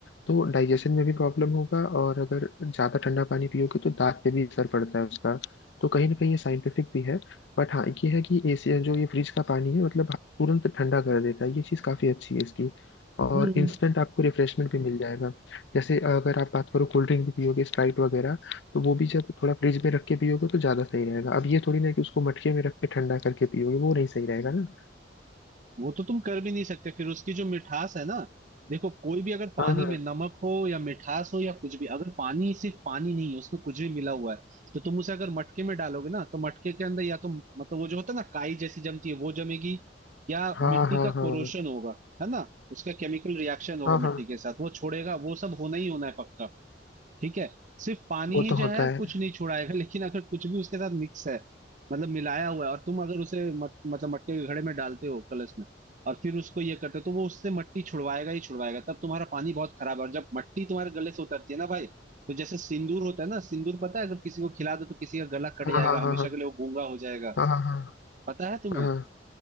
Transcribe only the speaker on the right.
हम्म
वो तो तुम कर भी नहीं सकते फिर उसकी जो मिठास है ना देखो कोई भी अगर पानी
में नमक हो या मिठास हो या कुछ भी अगर पानी सिर्फ पानी नहीं है उसमें कुछ भी मिला हुआ है तो तुम उसे अगर मटके में डालोगे ना तो मटके के अंदर या तो मतलब वो जो होता है ना काई जैसी जमती है वो जमेगी या
मिट्टी
का
कोरोशन होगा है ना उसका केमिकल रिएक्शन होगा
मिट्टी के साथ वो छोड़ेगा वो सब होना ही होना है पक्का ठीक है सिर्फ पानी
ही
जो
है
कुछ नहीं छुड़ाएगा लेकिन अगर कुछ भी उसके साथ मिक्स है मतलब मिलाया हुआ है और तुम अगर उसे मट, मतलब मटके के घड़े में डालते हो कलश में और फिर उसको ये करते हो तो वो उससे मट्टी छुड़वाएगा ही छुड़वाएगा तब तुम्हारा पानी बहुत खराब है और जब मट्टी तुम्हारे गले से उतरती है ना भाई तो जैसे सिंदूर होता है ना सिंदूर पता है अगर किसी को खिला दो तो किसी का गला कट
जाएगा
हमेशा
के लिए वो गूंगा हो जाएगा
पता है तुम्हें